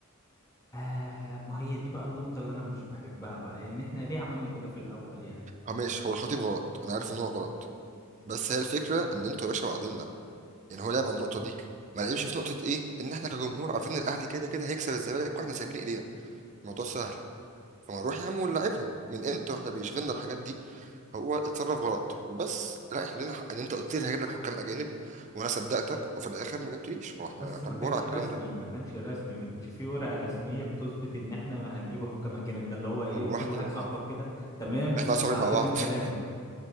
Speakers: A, on the left; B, on the right.
A: آه ما هي دي بقى النقطه اللي انا مش بحبها بقى ان احنا ليه عملنا كده في الاول يعني
B: اه ماشي هو الخطيب غلط انا عارف ان هو غلط بس هي الفكره ان انتوا يا باشا وعدنا يعني هو لعب على النقطه دي ما لعبش في نقطه ايه ان احنا كجمهور عارفين ان الاهلي كده كده هيكسب الزمالك واحنا سايبين ايدينا الموضوع سهل فما نروح يا عم ونلعبهم من امتى واحنا بيشغلنا الحاجات دي هو اتصرف غلط بس لا احنا لنا حق ان انت قلت لي هجيب لك حكام اجانب وانا صدقتك وفي الاخر ما جبتليش هو
A: بس
B: احنا احنا
A: ما
B: كبار
A: كانش
B: على الكلام
A: رسمي
B: ده
A: ما كانش رسمي ما كانش فيه ورقة رسمية بتثبت ان احنا هنجيب حكام اجانب ده اللي هو ايه
B: هو
A: قلت
B: احنا
A: لواحد
B: احنا
A: صاحبك كده تمام
B: عيال صغيرين
A: هعتمد
B: مع بعض
A: كلامك
B: <laughs>